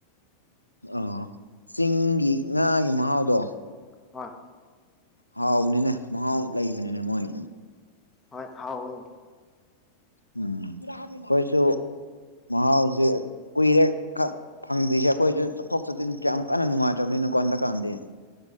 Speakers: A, on the left (about 80°); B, on the left (about 15°).
A: ꯑ ꯆꯤꯡꯒꯤ ꯉꯥꯒꯤ ꯃꯍꯥꯎꯗꯣ
B: ꯍꯣꯏ
A: ꯍꯥꯎꯕꯅꯦꯅꯦ ꯃꯍꯥꯎ ꯂꯩꯕꯅꯤꯅꯦ ꯃꯣꯏ
B: ꯍꯣꯏ ꯍꯥꯎꯣꯏ
A: ꯎꯝ ꯍꯣꯏꯁꯨꯁꯨ ꯃꯍꯥꯎꯁꯦ ꯀꯨꯏꯔꯦ ꯈꯛ ꯐꯪꯗ꯭ꯔꯤꯁꯦ ꯑꯩꯈꯣꯏꯁꯨ ꯆꯠꯊꯣꯛ ꯆꯠꯁꯤꯟ ꯀ ꯌꯥꯝ ꯀꯟꯅ ꯅꯨꯡꯉꯥꯏꯇꯕꯅꯤꯅꯀꯣ ꯗꯀꯥꯟꯗ